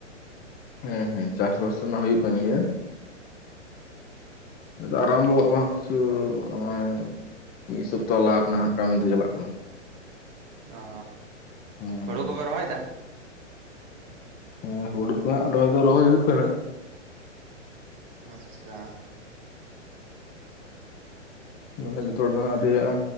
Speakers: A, on the left (about 25°); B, on the right (about 35°).
A: ᱦᱮᱸ ᱦᱮᱸ ᱪᱟᱥ ᱵᱟᱥ ᱱᱟᱜ ᱦᱩᱭᱩᱜ ᱠᱟᱱ ᱜᱮᱭᱟ ᱱᱤᱛᱚᱜ ᱟᱨᱟᱢᱵᱚ ᱠᱚᱜ ᱠᱚ ᱦᱟᱸᱜ ᱠᱤᱪᱷᱩ ᱚᱸᱜᱼᱚᱭ ᱢᱤᱫ ᱥᱚᱯᱛᱟᱦᱚ ᱞᱟᱦᱟ ᱠᱷᱚᱱᱟᱜ ᱦᱟᱸᱜ ᱠᱟᱹᱢᱤ ᱫᱚ ᱪᱟᱞᱟᱜ ᱠᱟᱱᱟ
B: ᱚ
A: ᱦᱮᱸ
B: ᱦᱳᱲᱳ ᱠᱚᱵᱮ ᱨᱚᱦᱚᱭ ᱫᱟ
A: ᱦᱮᱸ ᱦᱩᱲᱩ ᱠᱚ ᱦᱟᱸᱜ ᱨᱚᱦᱚᱭ ᱫᱚ ᱨᱚᱦᱚᱭ ᱦᱩᱭᱩᱜ ᱠᱟᱱᱟ
B: ᱟᱪᱪᱷᱟ
A: ᱢᱮᱱᱠᱷᱟᱱ ᱡᱚᱛᱚ ᱦᱚᱲ ᱫᱚ ᱦᱟᱸᱜ ᱟᱣᱨᱤᱭᱟᱜᱼᱟ